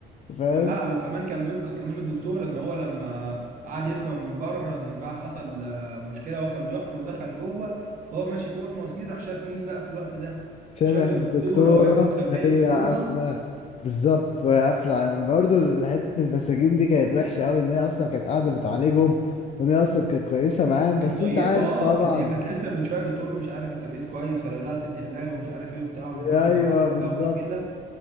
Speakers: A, on the left; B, on the right.
A: فاهم
B: ولا وكمان كان بينقذ كمان الدكتور ان هو لما قعد يسمع من بره ان بقى حصل آه، مشكله هو كان بيحفر ودخل جوه فهو ماشي فوق المواسير راح شاف مين بقى في الوقت ده
A: سمع
B: شاف الدكتوره
A: الدكتورة
B: وهي مستخبيه
A: وهي
B: في الاوضه
A: قافلة بالظبط وهي قافلة على- برضو حتة المساجين دي كانت وحشة أوي إن هي أصلا كانت قاعدة بتعالجهم وإن هي أصلا كانت كويسة معاهم
B: كانت
A: بس
B: طيبه
A: أنت عارف
B: اه
A: طبعا
B: كانت هي كانت لسه من شويه بتقول له مش عارف انت بقيت كويس ولا لا تدي علاج ومش عارف ايه وبتاع مجرد
A: أيوه
B: ما حصل
A: بالظبط
B: بقى مشكله